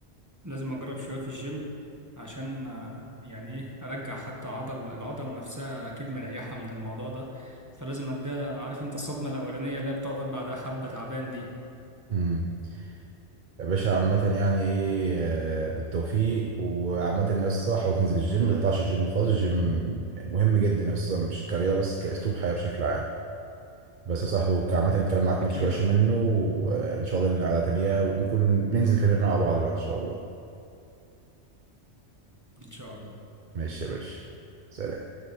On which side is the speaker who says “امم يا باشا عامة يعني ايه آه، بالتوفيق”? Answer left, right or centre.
Right